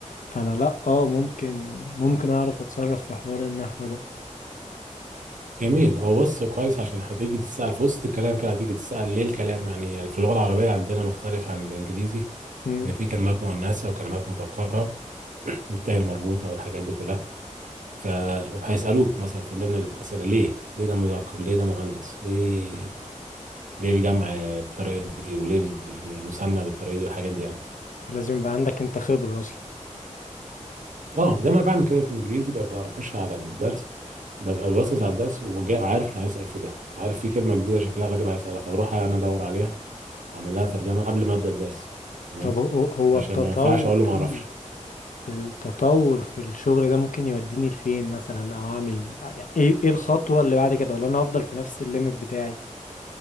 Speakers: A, on the left; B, on the right.
A: فأنا لأ آه ممكن ممكن أعرف أتصرف في حوار النحو ده
B: جميل هو بص كويس عشان هتيجي تتسأل في وسط الكلام كده هتيجي تتسأل ليه الكلام يعني في اللغة العربية عندنا مختلف عن الإنجليزي
A: مم.
B: إن في كلمات مؤنثة وكلمات مذكرة والتاء المربوطة والحاجات دي كلها فهيسألوك مثلا في ضمن الأسئلة ليه ليه ده مذكر ليه ده مؤنث ليه ليه الجمع بالطريقة دي وليه المثنى بالطريقة دي والحاجات دي يعني
A: فلازم يبقى عندك أنت خبرة أصلا
B: اه زي ما أنا بعمل كده في الإنجليزي ببقى بخش على الدرس ببقى باصص على الدرس وجاي عارف انا هيسأل في ده عارف في كلمة جديدة شكلها غريب هيسألها فبروح انا ادور عليها اعمل لها ترجمه قبل ما ابدا الدرس تمام
A: طب هو هو
B: عشان
A: التطور
B: ما ينفعش اقول
A: فيه
B: له ما اعرفش
A: التطور في الشغل ده ممكن يوديني لفين مثلا او اعمل آه، يعني ايه ايه الخطوة اللي بعد كده ولا انا هفضل في نفس الليميت بتاعي